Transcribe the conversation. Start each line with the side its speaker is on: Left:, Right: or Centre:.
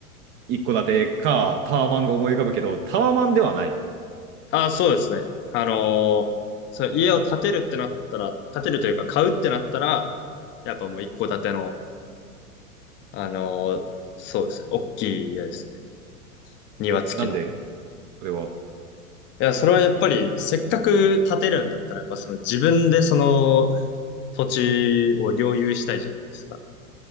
Right: 一戸建てか、タワマンが思い浮かぶけど、タワマンではない。
Left: あ、そうですね。あのーその家を建てるってなったら、建てるというか買うってなったら、やっぱもう一戸建ての、あのーそうですね。大きい家ですね。庭付きの。
Right: なんで、それは。
Left: いや、それはやっぱり、せっかく建てるんだったら、やっぱその自分でその土地を領有したいじゃないですか。